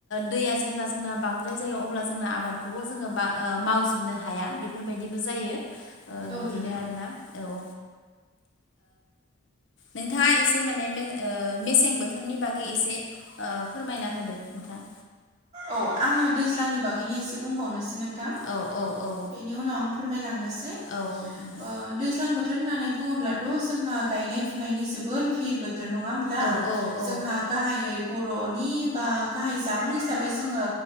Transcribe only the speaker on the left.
दैया जेब्ला जोंना बांद्राय जायो अब्ला जोंना आबादखौबो जोङो बा मावजोबनो हाया बेफोरबायदिबो जायो ओ
बिदिनो
आरोना औ ओ। नोंथाङा एसे माने ओ मेसें बोथोरनि बागै एसे ओ फोरमायना होदो नोंथां।
औ औ औ
औ नोंथां
औ औ औ